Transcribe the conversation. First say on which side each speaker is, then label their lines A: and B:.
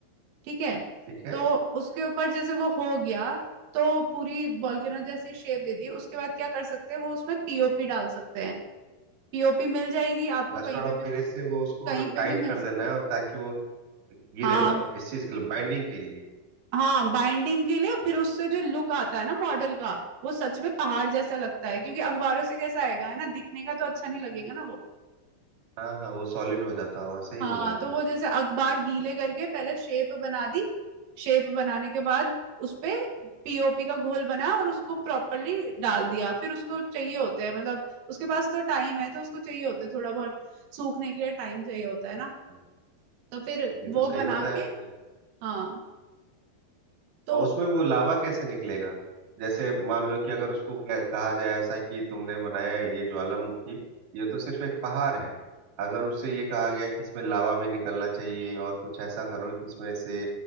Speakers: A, on the right; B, on the right.
A: ठीक है
B: ठीक है
A: तो उसके ऊपर जैसे वो हो गया तो पूरी वॉल्केनो जैसी शेप दे दी उसके बाद क्या कर सकते हैं वो उसमें पीओपी डाल सकते हैं पीओपी मिल जाएगी आपको
B: प्लास्टर
A: कहीं पे
B: ऑफ
A: भी
B: पेरिस से वो उसको
A: कहीं
B: टाइट
A: पे भी मिल
B: कर देना है और ताकि वो गिरे
A: हाँ
B: ना
A: वो-
B: इस चीज के लिए बाइंडिंग के लिए
A: हाँ बाइंडिंग के लिए फिर उससे जो लुक आता है ना मॉडल का वो सच में पहाड़ जैसा लगता है क्योंकि अखबारों से कैसा आएगा है ना दिखने का तो अच्छा नहीं लगेगा ना वो
B: हाँ हाँ वो सॉलिड हो जाता होगा सही
A: हाँ
B: बोला आपने
A: तो वो जैसे अखबार गीले करके पहले शेप बना दी शेप बनाने के बाद उसपे पीओपी का घोल बना और उसको प्रॉपरली डाल दिया फिर उसको चाहिए होते हैं मतलब उसके पास तो टाइम है तो उसको चाहिए होते हैं थोड़ा बहुत सूखने के लिए टाइम चाहिए होता है ना
B: हाँ,
A: तो फिर
B: ये
A: वो
B: तो सही
A: बना
B: बताया
A: के
B: आपने
A: हाँ तो
B: और उसमें वो लावा कैसे निकलेगा जैसे मान लो कि अगर उसको कह- कहा जाए ऐसा कि तुमने बनाया है ये ज्वालामुखी ये तो सिर्फ एक पहाड़ है अगर उससे ये कहा गया कि इसमें लावा भी निकलना चाहिए और कुछ ऐसा करो कि इसमें से